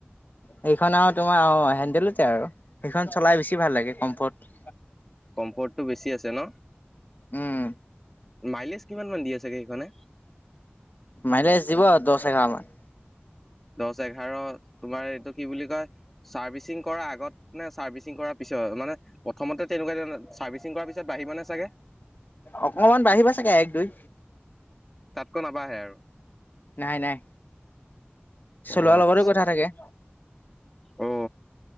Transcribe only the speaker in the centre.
<unintelligible> কমফৰ্টটো বেছি আছে ন
মাইলেজ কিমান মান দি আছে গাড়ীখনে।
দহ, এঘাৰ তোমাৰ এইটো কি বুলি কয় চাৰ্ভিচিং কৰাৰ আগত নে চাৰ্ভিচিং কৰাৰ পিছত মানে প্ৰথমতে তেনেকুৱা চাৰ্ভিচিং কৰাৰ পিছত বাঢ়িব নে চাগে।
তাতকৈ নাবাহে আৰু।
অ
আচ্ছা
অ,